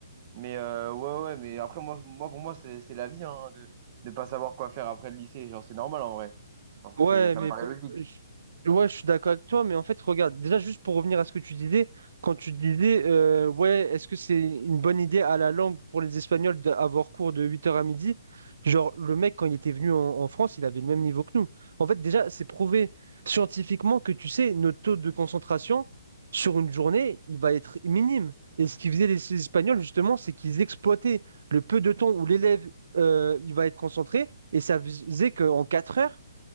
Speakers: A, on the right; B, on the right.
A: Mais euh, ouais, ouais, mais après, moi, moi pour moi, c'est c'est la vie hein, de ne pas savoir quoi faire après le lycée. Genre, c'est normal en vrai. Genre,
B: Ouais,
A: c'est, ça
B: mais
A: me Ouais. paraît
B: pe-
A: logique.
B: je- ouais, je suis d'accord avec toi, mais en fait, regarde, déjà juste pour revenir à ce que tu disais, quand tu disais, euh, ouais, est-ce que c'est une bonne idée à la langue pour les Espagnols d'avoir cours de huit heures à midi? Genre, le mec, quand il était venu en, en France, il avait le même niveau que nous. En fait, déjà, c'est prouvé scientifiquement que, tu sais, notre taux de concentration sur une journée, il va être minime. Et ce qu'ils faisaient les les Espagnols, justement, c'est qu'ils exploitaient le peu de temps où l'élève, euh, il va être concentré, et ça faisait qu'en 4 heures,